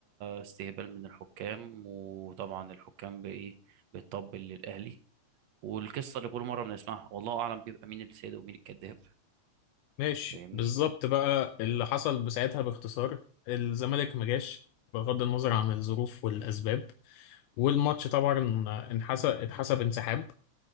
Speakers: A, on the right; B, on the left.
A: استهبال من الحكام وطبعا الحكام بايه بتطبل للاهلي والقصه اللي كل مره بنسمعها والله اعلم بيبقى مين اللي سيد ومين الكذاب
B: ماشي
A: فاهمني
B: بالظبط بقى اللي حصل بساعتها باختصار الزمالك ما جاش بغض النظر عن الظروف والاسباب والماتش طبعا انحسب اتحسب انسحاب